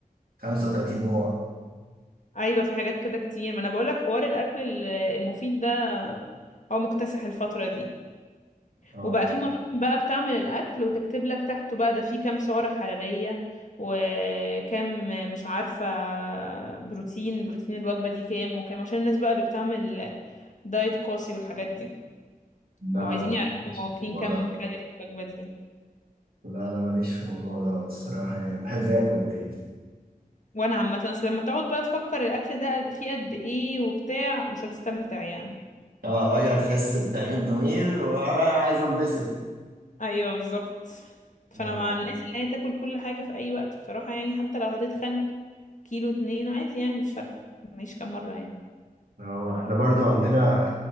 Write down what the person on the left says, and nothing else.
ايوه في حاجات كده كتير ما انا بقولك حوار الاكل ال- المفيد ده هو مكتسح الفتره دي
وبقى في مطاعم بقى بتعمل الاكل وتكتب لك تحته بقى ده فيه كام سعره حراريه وكام مش عارفه بروتين بروتين الوجبه دي كام وكام عشان الناس بقى اللي بتعمل دايت قاسي والحاجات دي
يبقوا عايزين
يعرفوا
هما واكلين
كام
كالوري في الوجبه دي
وانا عامه اصل لما تقعد بقى تفكر الاكل ده فيه قد ايه وبتاع مش هتستمتع يعني
ايوه بالظبط فانا
مع الناس اللي هي تاكل كل حاجه في اي وقت بصراحه يعني حتى لو هتتخن كيلو اتنين عادي يعني مش فارقه هنعيش كام مره يعني